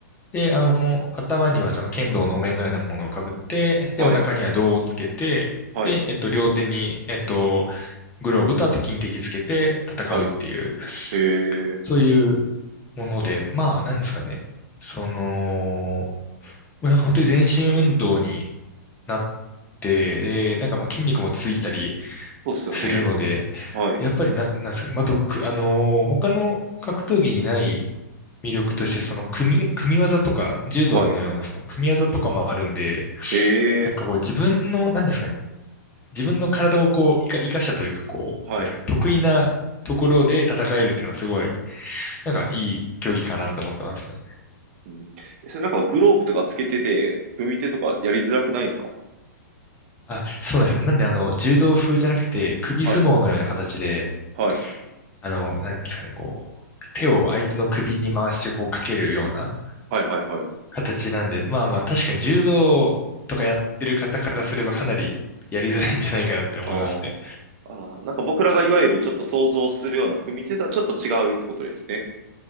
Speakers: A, on the left (about 15°); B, on the right (about 45°).
A: で、あの、頭にはその剣道のお面のようなものをかぶって、
B: はい。
A: で、お腹には胴をつけて、
B: はい。
A: で、えっと、両手に、えっと、グローブとあと金敵つけて戦うっていう、
B: はい。ええ。
A: そういうもので、まあ、なんですかね。その、もうなんか本当に全身運動になって、で、なんかもう筋肉もついたり
B: そうっすよね。
A: するので、
B: はい。
A: やっぱりな、なんですかね、まああと、く、あのー他の格闘技にない魅力として、その組、組み技とか、柔道のようなその組み技とかもあるんで、
B: はい。え
A: なんかこう自分の、
B: え。
A: なんですかね、自分の体をこう、生か、生かしたというか、こう、
B: はい。
A: なんですかね、得意なところで戦えるっていうのはすごい、なんかいい競技かなと思ってますね。
B: うん。えそれなんかグローブとかつけてて、組み手とかやりづらくないですか
A: あ、そうなんですね。なんであの、柔道風じゃなくて、首相撲のような形で、
B: はい。はい。
A: あの、なんですかね、こう、手を相手の首に回してこうかけるような
B: はいはいはい。
A: 形なんで、まあまあ確かに柔道とかやってる方からすればかなりやりづらいんじゃないかなって思いますね。
B: あーあー、なんか僕らがいわゆるちょっと想像するような組み手とはちょっと違うってことですね。